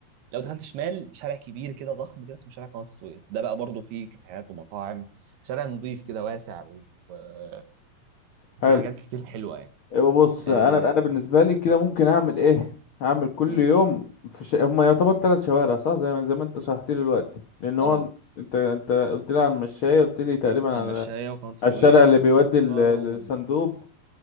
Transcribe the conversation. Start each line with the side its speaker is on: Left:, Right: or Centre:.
Right: لو دخلت شمال شارع كبير كده ضخم كده اسمه شارع قناه السويس ده بقى برضه فيه كافيهات ومطاعم شارع نظيف كده واسع و- و- وفيه
Left: حلو
Right: حاجات كتير حلوه يعني
Left: يبقى بص
Right: اه,
Left: انا انا بالنسبه لي كده ممكن اعمل ايه هعمل كل
Right: مم.
Left: يوم في ش... هما يعتبر ثلاث شوارع صح زي ما زي ما انت شرحت لي دلوقتي لان هو
Right: آه.
Left: انت انت قلت لي على المشاية قلت لي تقريبا على
Right: المشايه وقناه السويس
Left: على الشارع اللي
Right: والمحافظه
Left: بيودي ال-
Right: وال...
Left: الصندوب